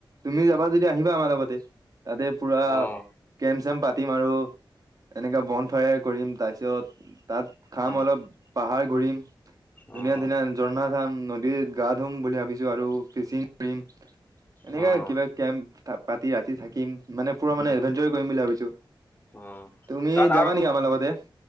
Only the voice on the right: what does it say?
তুমি যাবা যদি আহিবা আমাৰ লগতে তাতে পুৰা
কেম্প পাতিম আৰু এনেকা বন ফ্ৰাই কৰিম তাৰপিছত তাত খাম
অলপ। পাহাৰ ঘূৰিম ধুনীয়া,
ধুনীয়া ঝৰ্ণা নদীত গা ধুম বুলি ভাবিছো আৰু ফিচিং কৰিম। এনেকা
কিবা কেম্প পাতি ৰাতি থাকিম মানে পুৰা
মানে এডভেঞ্চাৰ কৰিম বুলি ভাবিছো।
তুমি
যাবা নেকি আমাৰ লগতে